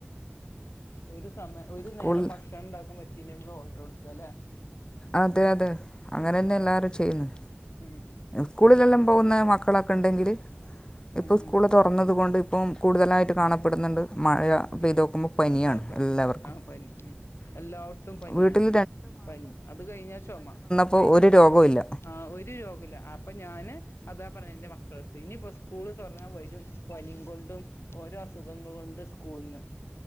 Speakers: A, on the left; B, on the left.
A: ഒരു സമയം ഒരു
B: സ്കൂളിൽ
A: നേരം ഭക്ഷണം ഉണ്ടാക്കാൻ പറ്റില്ലേ നമ്മള് ഓർഡർ കൊടുക്കല്ലേ.
B: അതെ അതെ അങ്ങനെന്നെ എല്ലാരും ചെയ്യുന്ന്.
A: ഉം ഉം.
B: സ്കൂളിലെല്ലാം പോകുന്ന മക്കളൊക്കെ ണ്ടെങ്കില് ഇപ്പോ
A: ഉം
B: സ്കൂള്
A: ഉം
B: തുറ തുറന്നത് കൊണ്ട് ഇപ്പം കൂടുതലായിട്ട് കാണപ്പെടുന്നുണ്ട് മഴ.
A: ഉം
B: പെയ്ത് നോക്കുമ്പോൾ പനിയാണ്
A: ആക്കെ
B: എല്ലാവർക്കും
A: ആഹ് പനി ഉം എല്ല ത്തും പനിയാണ്,
B: വീട്ടിൽ
A: പനി അത് കഴിഞ്ഞാ ചൊമ
B: പ്പൊ ഒരു രോഗോല്ല.
A: ആഹ് ഒര് രോഗോല്ല അപ്പൊ ഞാന് അതാ പറഞ്ഞെ ന്റെ മക്കളെട്ത്ത്, ഇനിപ്പോ സ്കൂള് തൊർന്ന വരും പനിങ്കൊണ്ടും ഓരോ അസുഖങ്ങള് കൊണ്ട് സ്കൂള്ന്ന്